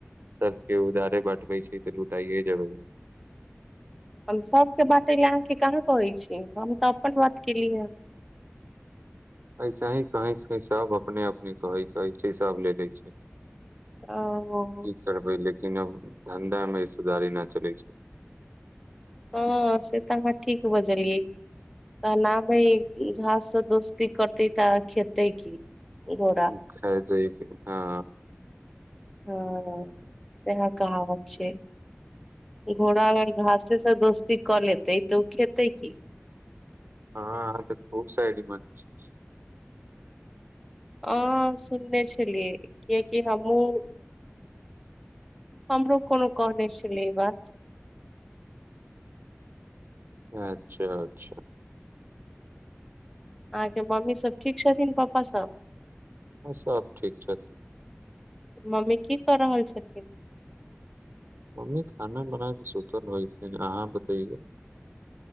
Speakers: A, on the right (about 50°); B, in the centre.
A: सबके उधारे बँटबै छै तऽ लुटाइए जबै
B: हम सबके बटेलए अहाँके कहाँ कहै छी हम तऽ अपन बात केलिय ह
A: ऐसे ही कही कह सब अपने अपने कहै कहै छै सब ले ले छै
B: ओ
A: की करबै लेकिन अब धंधा मे हिस्सेदारी नहि चलै छै
B: हँ से तऽ हमहाँ ठीक बजलियै त न भै घास दोस्ती करतै तऽ खेतै क घोड़ा
A: ख हँ
B: हँ से कहावत छै घोड़ा अगर घास दोस्ती कऽ लेतै तऽ ओ खेतै की
A: हँ तऽ खूब साायड माज छै
B: ह सुनने छलियै कियकि हमहुँ हमरो कोनो कह नहि छलै ई बात
A: अच्छा अच्छा
B: अहाँके मम्मी सब ठीक छथिन पपापा सब
A: ह सब ठीक छथिन
B: मम्मी की कऽ रहल छथिन
A: मम्मी खाना बनाय के सुल होय छै अहाँ बतेयऔ